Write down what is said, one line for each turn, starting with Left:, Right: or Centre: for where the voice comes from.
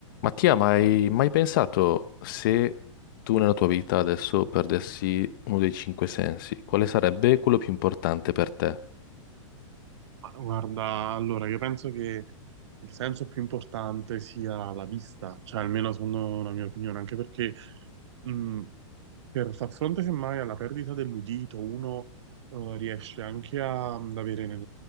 Left: Mattia, ma hai mai pensato se tu nella tua vita adesso perdessi uno dei cinque sensi, quale sarebbe quello più importante per te?
Right: Ma Guarda, allora, io penso che il senso più importante sia la vista, cioè almeno secondo la mia opinione, anche perché mh, per far fronte semmai alla perdita dell'udito, uno eh, riesce anche a- ad avere nel